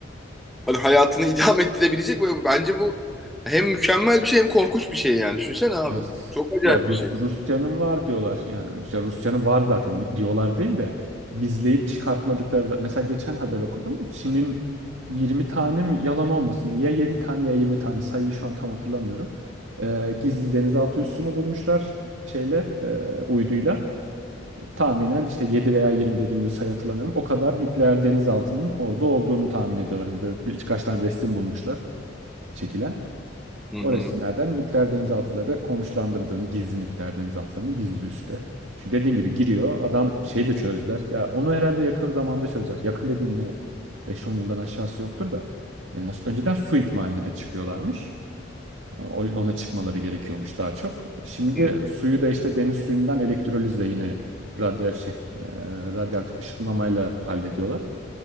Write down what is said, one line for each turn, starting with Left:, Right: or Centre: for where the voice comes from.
Centre: hani hayatını <laughs> idame ettirebilecek böyle bence bu hem mükemmel bir şey hem korkunç bir şey yani düşünsene abi
Right: Ya,
Centre: çok acayip
Right: ya Rus,
Centre: bir şey.
Right: Rusya'nın var diyorlar. Yani işte Rusya'nın var zaten diyorlar değil de gizleyip çıkartmadıkları da. Mesela geçen haber okudum. Çin'in 20 tane mi yalan olmasın ya. Ya 7 tane ya 20 tane sayıyı şu an tam hatırlamıyorum. Ee, gizli denizaltı üssünü bulmuşlar şeyle e, uyduyla. Tahminen işte 7 veya 20 dediğim gibi sayı hatırlamıyorum. O kadar nükleer denizaltının orada olduğunu tahmin ediyorlar. Hani böyle birkaç tane resim bulmuşlar çekilen.
Centre: Hı
Right: O
Centre: hı.
Right: resimlerden nükleer denizaltıları konuşlandırdığını, gizli nükleer denizaltılarını gizli üste. Çünkü dediğin gibi giriyor. Adam şeyi de çözdüler. Ya onu herhalde yakın zamanda çözler. Yakın dediğim yine 5-10 yıldan aşağısı yoktur da. E, önceden su ikmaline de çıkıyorlarmış. E, o- Ona çıkmaları gerekiyormuş daha çok. Şimdi
Centre: Hı.
Right: suyu da işte deniz suyundan elektrolizle yine radyo şey, e, radyoaktif ışınlamayla hallediyorlar.